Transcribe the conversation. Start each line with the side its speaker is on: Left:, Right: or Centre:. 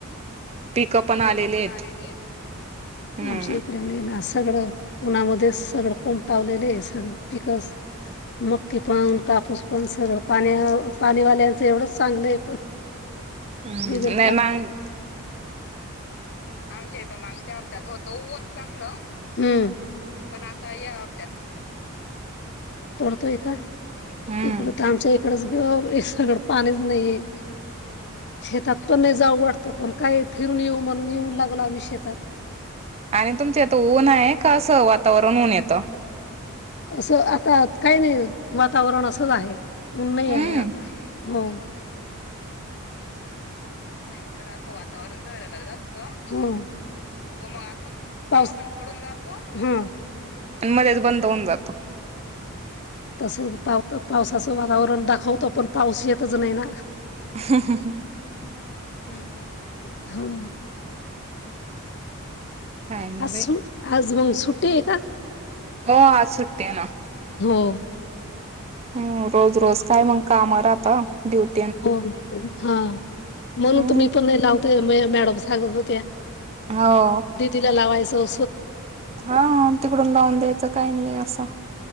Right: पिकं
Left: पिक
Right: आलेली
Left: पण
Right: आहेत
Left: आलेले आहेत
Right: हम्म
Left: आमच्या इत ना सगळं उन्हामध्ये सगळं कोंब टावलेले आहे सगळं पिकस मक्के पण कापूस पण सगळं पाण्या पाणीवाल्यांचं एवढंच चांगलं आहे पण
Right: हा
Left: बिगर
Right: नाही मग <unintelligible>
Left: आमच्या इथं मागच्या हप्त्यात होतं ऊन चांगलं पण आता या पडतोय का
Right: हम्म
Left: इकड तर आमच्या इकडच हे सगळं पाणीच नाहीये शेतात पण नाही जाऊ वाटत पण काय फिरून येऊ म्हणून येऊन लागलो आम्ही शेतात
Right: आणि तुमच्या इथं ऊन आहे का असं वातावरण होऊन येतं
Left: असं आता काही नाही वातावरण असंच आहे ऊन नाहीये
Right: हम्म
Left: आहे आता हो नाही इकडं असं वातावरण झालेलंचं जास्त तो मग अस पाऊस पण पडून जातो हा
Right: आणि मध्येच बंद होऊन जातो
Left: तसं पाव पावसाचं वातावरण दाखवतो पण पाऊस येतच नाही ना
Right: हं हं ह
Left: नाही नाही हो
Right: काय नाही
Left: आज
Right: बाई
Left: आज मंग सुट्टी ये का
Right: हो आज सुट्टी ये ना
Left: हो
Right: हम रोज रोज काय मग का कामावर आता ड्युटी
Left: हो हा
Right: हम्म
Left: म्हणून तर मी पण नाही लावते मॅडम सांगत होत्या
Right: हो
Left: दीदीला लावायचं
Right: हा तिकडून लावून द्यायचं काही नाही असं